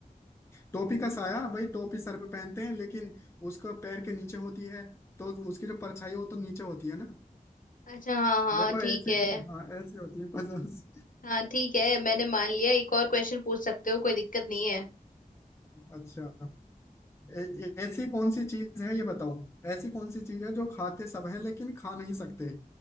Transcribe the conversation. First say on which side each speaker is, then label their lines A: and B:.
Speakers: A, on the left; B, on the left.
A: टोपी का साया भाई टोपी सर पे पहनते हैं लेकिन उसका पैर के नीचे होती है तो उसकी जो परछाई है, वो तो नीचे होती है ना
B: अच्छा हाँ हाँ
A: देखो
B: ठीक
A: ऐसी
B: है
A: हाँ ऐसी होती है पजल्स
B: हाँ ठीक है मैंने मान लिया एक और क्वेश्चन पूछ सकते हो कोई दिक्कत नहीं है
A: अच्छा ए, ऐसी कौन सी चीज है ये बताओ ऐसी कौन सी चीज है जो खाते सब हैं लेकिन खा नहीं सकते